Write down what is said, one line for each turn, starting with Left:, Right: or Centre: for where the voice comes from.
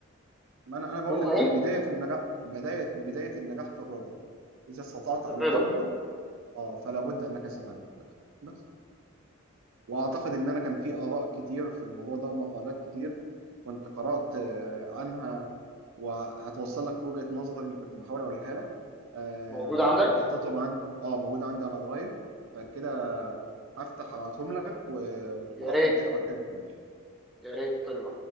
Right: ما انا انا بقول
Centre: هو
Right: لك
Centre: ايه
Right: هو بدايه النجاح بدايه بدايه النجاح في الرضا اذا استطعت ان
Centre: الرضا
Right: ترضى اه فلا بد انك ستنجح بس واعتقد ان انا كان في اراء كتير في الموضوع ده ومقالات كتير كنت قرات آه، عنها وهتوصل لك وجهه نظري اللي كنت بحاول اقولها لك آه
Centre: موجود عندك
Right: كنت حاططهم عندي اه موجود عندي على درايف فكده هفتح ابعتهم لك و- واقراهم
Centre: يا ريت
Right: كده بعد كده نكمل
Centre: يا ريت طيب